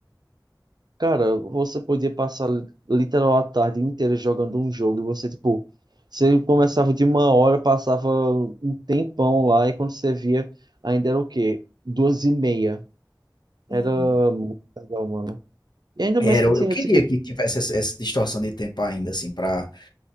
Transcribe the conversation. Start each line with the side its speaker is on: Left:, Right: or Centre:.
Right: Cara, você podia passar literal a tarde inteira jogando um jogo e você, tipo, você começava de uma hora, passava um tempão lá e quando você via, ainda era o quê? Duas e meia. Era
Left: Uhum.
Right: muito legal, mano. E ainda
Left: Era,
Right: mais que
Left: eu
Right: tinha,
Left: eu queria
Right: tipo,
Left: que tivesse essa essa distorção de tempo ainda, assim, pra